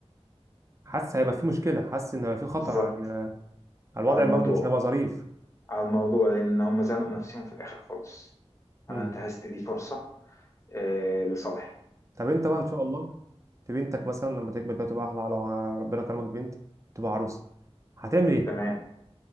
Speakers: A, on the right; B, on the left.
A: حاسس هيبقى في مشكلة حاسس ان هيبقى في خطر
B: بالظبط
A: على ال- على الوضع
B: على الموضوع
A: برضو مش هيبقى ظريف
B: على الموضوع لأن هم زنقوا نفسهم في الآخر خالص
A: مم.
B: أنا انتهزت دي فرصة آه لصالحي
A: طب انت بقى ان شاء الله في بنتك مثلا لما تكبر كده تبقى احلى لو ربنا كرمك بنت تبقى عروسه هتعمل ايه
B: تمام